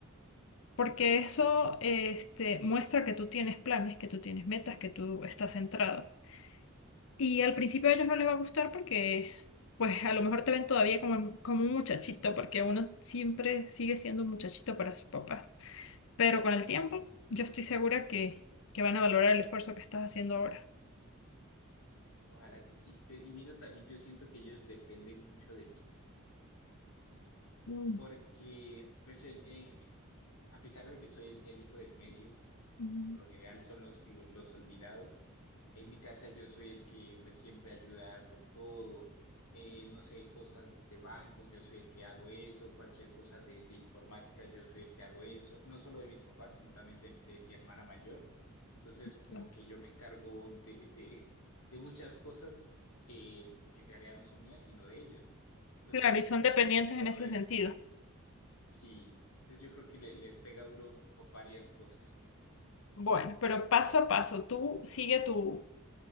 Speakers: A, on the left; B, on the left.
A: Porque eso,
B: pues
A: eh, este, muestra que tú tienes planes, que tú tienes metas, que tú estás centrado. Y al principio a ellos no les va a gustar porque, pues, a lo mejor te ven todavía como, como un muchachito, porque uno siempre sigue siendo un muchachito para sus papás. Pero con el tiempo, yo estoy segura que, que van a valorar el esfuerzo que estás haciendo ahora.
B: ojalá que sí. Pe- Y mira, también yo siento que ellos dependen mucho de mí,
A: Mm,
B: porque pues el- eh, a pesar de que soy el, el hijo del medio,
A: mm,
B: por lo general son los, lo- los, olvidados, En mi casa yo soy el que pues siempre ayuda con todo, eh, no sé, cosas de bancos, yo soy el que hago eso, cualquier cosa de, de informática, yo soy el que hago eso, no solo de mis papás, sino también de, de mi hermana mayor. Entonces, como
A: claro.
B: que yo me encargo de, de, de muchas cosas que en realidad no son mías, sino de ellos. Entonces,
A: Claro,
B: como
A: y son dependientes
B: todo
A: en ese
B: eso,
A: sentido.
B: sí. Entonces, yo creo que le- les pega duro por varias cosas,
A: Bueno, pero paso a paso, tú sigue tu,